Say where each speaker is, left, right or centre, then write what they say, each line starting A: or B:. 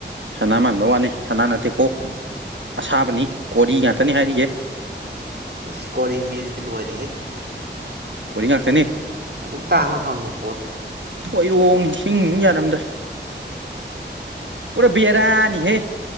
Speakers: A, on the right; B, on the right.
A: ꯁꯅꯥ ꯃꯥꯟꯕ ꯋꯥꯅꯤ ꯁꯅꯥ ꯅꯠꯇꯦꯀꯣ ꯑꯁꯥꯕꯅꯤ ꯀꯣꯔꯤ ꯉꯥꯛꯇꯅꯤ ꯍꯥꯏꯔꯤꯌꯦꯦ
B: ꯏꯁ ꯀꯣꯔꯤ ꯐꯤꯁꯤꯗꯤ ꯂꯣꯏꯔꯦꯍꯦ
A: ꯐ ꯉꯇꯅꯤ
B: ꯑꯗꯨꯛ ꯇꯥꯅ ꯐꯪꯕ ꯄꯣꯠ
A: ꯑꯣꯏꯣꯏꯔꯣꯡꯅꯤ ꯁꯤꯡ ꯅꯨꯡ ꯌꯥꯔꯝꯗ꯭ꯔꯦ ꯄꯨꯔꯥ ꯕꯦꯔꯥꯅꯤꯍꯦ